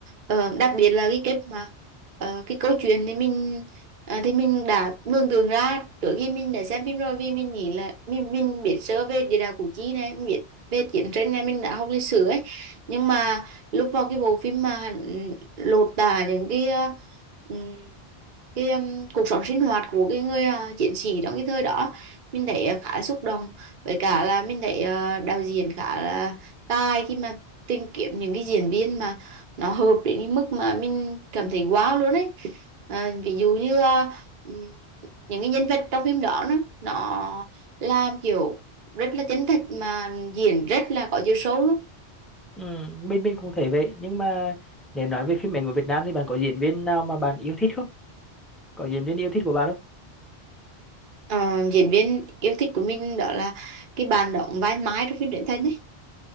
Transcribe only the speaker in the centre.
Ừ, mình mình cũng thấy vậy nhưng mà nếu nói về phim ảnh của Việt Nam thì bạn có diễn viên nào mà bạn yêu thích không có diễn viên yêu thích của bạn không